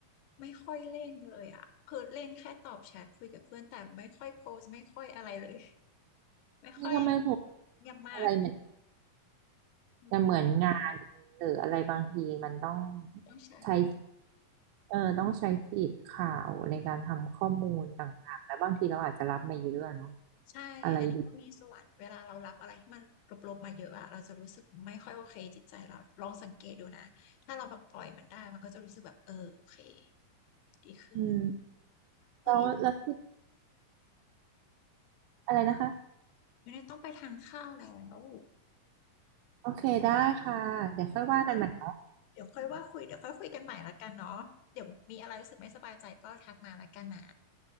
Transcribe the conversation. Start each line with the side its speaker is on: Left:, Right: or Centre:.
Left: ไม่ค่อยเล่นเลยอ่ะคือเล่นแค่ตอบแชทคุยกับเพื่อนแต่ไม่ค่อยโพสต์ไม่ค่อยอะไรเลย <laughs> ไม่ค่อย
Right: นี่ก็ไม่พบ
Left: เงียบมาก
Right: อะไรเหมือน
Left: อืม
Right: แต่เหมือนงานหรืออะไรบางทีมันต้อง
Left: ต้องใช้
Right: ใช้เออต้องใช้ฟีดข่าวในการทำข้อมูลต่างๆแล้วบางทีเราอาจจะรับมาเยอะอะเนาะ
Left: ใช่อันนี้ก็มีส่วนเวลาเรารับอะไรที่มันลบๆมาเยอะอะ
Right: อะไรดี
Left: เราจะรู้สึกไม่ค่อยโอเคจิตใจเราลองสังเกตดูนะถ้าเราแบบปล่อยมันได้มันก็จะรู้สึกแบบเออโอเคดีขึ้น
Right: อืม
Left: เฮ้ย
Right: แล้วราคิดอะไรนะคะ
Left: ไม่ได้ต้องไปทานข้าวแล้ว
Right: โอเคได้ค่ะเดี๋ยวค่อยว่ากันใหม่เนาะ
Left: ไม่ได้แบบเดี๋ยวค่อยว่าคุยเดี๋ยวค่อยคุยกันใหม่ละกันเนาะเดี๋ยวมีอะไรรู้สึกไม่สบายใจก็ทักมาละกันนะ